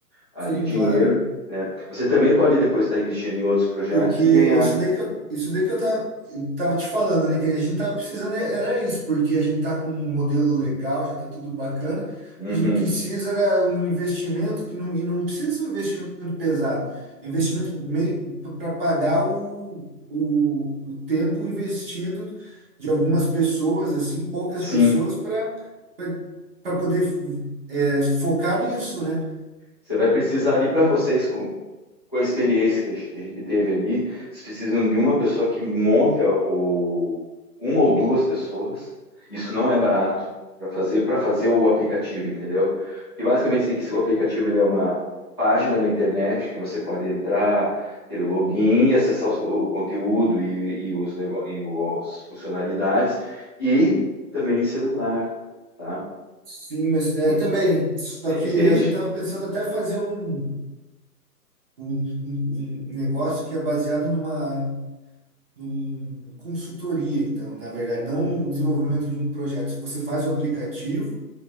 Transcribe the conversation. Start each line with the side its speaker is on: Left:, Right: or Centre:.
Left: ali
Right: Sim,
Left: dinheiro,
Right: claro.
Left: né? Você também pode depois estar investindo em outros projetos
Right: Porque
Left: e ganhar.
Right: é isso daí que eu, isso daí que eu tava, eu tava te falando, né? Que a gente tava precisando, é- era isso, porque a gente tá com um modelo legal, já tá tudo bacana. O
Left: Uhum.
Right: que a gente precisa era um investimento que não, e não precisa ser um investimento pesado. É um investimento meio para pagar o, o, o tempo investido de algumas pessoas, assim, poucas
Left: Sim,
Right: pessoas, para para poder é, focar nisso, né?
Left: você vai precisar ali para vocês, com a experiência que a gente, que a gente teve ali, vocês precisam de uma pessoa que monte a- o, uma ou duas pessoas. Isso não é barato para fazer para fazer o aplicativo, entendeu? Porque basicamente você tem que o aplicativo ele é uma página na internet que você pode entrar, ter o login e acessar o, seu- o conteúdo e, e os nego, e o- as funcionalidades e também em celular, tá?
Right: Sim, mas é,
Left: E-
Right: também, só que
Left: Entende?
Right: a gente estava pensando até fazer um, um, um- um negócio que é baseado numa, numa consultoria, então, na verdade, não o desenvolvimento de um projeto. Você faz o aplicativo,